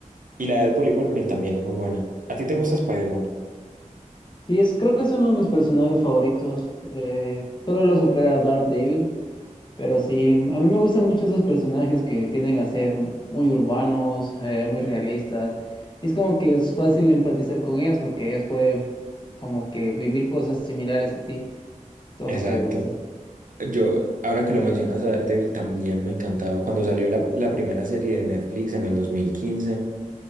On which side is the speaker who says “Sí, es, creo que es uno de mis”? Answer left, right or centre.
Left